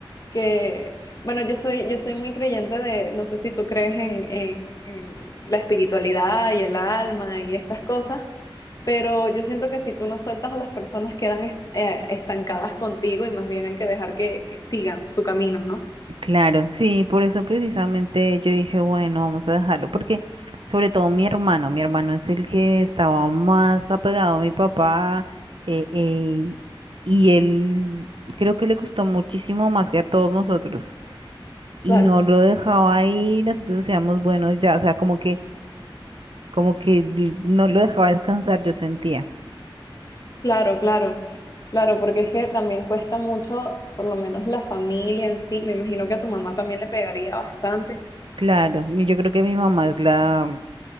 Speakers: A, on the left (about 40°); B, on the right (about 70°).
A: que bueno, yo soy, yo soy muy creyente de, no sé si tú crees en, en en la espiritualidad y el alma y estas cosas. Pero yo siento que si tú no sueltas a las personas quedan est- eh, estancadas contigo y más bien hay que dejar que, que sigan su camino, ¿no?
B: Claro, sí, por eso precisamente yo dije, bueno, vamos a dejarlo, porque sobre todo mi hermano, mi hermano es el que estaba más apegado a mi papá eh, eh, y él creo que le costó muchísimo más que a todos nosotros. y
A: Claro,
B: no lo dejaba ahí, nosotros decíamos, buenos ya, o sea, como que, como que l- no lo dejaba descansar, yo sentía.
A: claro, claro, claro, porque es que también cuesta mucho, por lo menos la familia en sí, me imagino que a tu mamá también le pegaría bastante.
B: Claro, y yo creo que mi mamá es la,